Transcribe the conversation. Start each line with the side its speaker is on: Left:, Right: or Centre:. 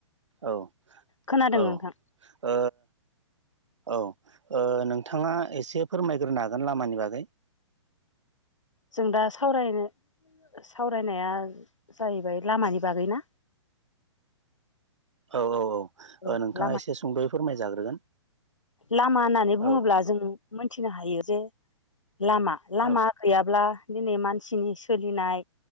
Right: औ
Left: खोनादों
Right: औ
Left: नोंथां
Right: ओ औ ओ नोंथाङा एसे फोरमायग्रोनो हागोन लामानि बागै?
Left: जों दा सावरायनो सावरायनाया जाहैबाय लामानि बागै ना।
Right: औ औ औ
Left: औ
Right: ओ नोंथाङा
Left: लामा
Right: एसे सुंद'यै फोरमायजाग्रोगोन।
Left: लामा होननानै बुङोब्ला
Right: औ
Left: जों मोनथिनो हायो जे लामा लामा
Right: औ
Left: गैयाब्ला दिनै मानसिनि सोलिनाय